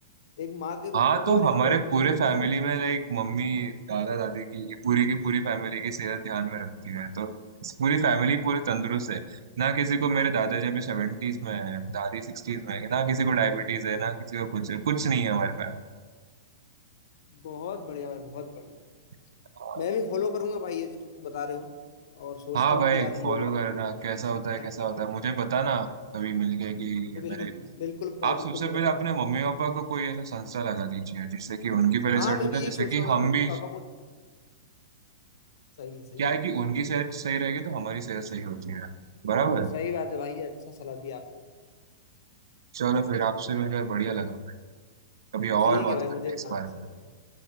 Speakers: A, on the left (about 65°); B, on the right (about 80°).
A: एक माँ के रूप
B: हाँ
A: में भी
B: तो
A: और
B: हमारे
A: एक डॉक्टर
B: पूरे
A: के रूप
B: फैमिली
A: में भी
B: में लाइक मम्मी दादा दादी की पूरी की पूरी फैमिली की सेहत ध्यान में रखती है तो पूरी फैमिली पूरी तंदुरुस्त है ना किसी को मेरे दादाजी अभी सेवेंटीज में है दादी सिक्सटीज में है ना किसी को डायबिटीज है ना किसी को कुछ है कुछ नहीं है हमारे
A: बहुत बढ़िया है बहुत बढ़िया
B: फैमिली
A: मैं भी फॉलो करूंगा भाई ये जो तुम बता रहे हो और सोचता
B: हाँ
A: हूँ
B: भाई
A: कि यार योगा
B: फॉलो
A: करूँ
B: करना
A: मेडिटेशन
B: कैसा होता
A: डिसाइड
B: है कैसा
A: करता
B: होता
A: हूँ
B: है मुझे बताना कभी मिल गए कि
A: बि- बिल्कुल
B: मेरे
A: बिल्कुल भाई
B: आप सबसे
A: बिल्कुल
B: पहले
A: मैं बताऊंगा
B: अपने मम्मी पापा को कोई ऐसा संस्था लगा दीजिए जिससे कि उनकी पहले
A: हाँ
B: सेट
A: मैं
B: हो जाए
A: भी यही
B: जिससे
A: सोच
B: कि
A: रहा हूँ
B: हम
A: यार मम्मी
B: भी
A: पापा को सही है सही
B: क्या
A: है
B: है
A: भाई
B: कि उनकी सेहत सही रहेगी तो हमारी सेहत सही होती है बराबर
A: सही बात है भाई ये अच्छा सलाह दिया आपने
B: चलो फिर आपसे मिलकर बढ़िया लगा भाई कभी
A: ठीक
B: और बात
A: है भाई
B: करते
A: मुझे भी
B: हैं इस
A: बहुत
B: बारे
A: अच्छा
B: में
A: लगा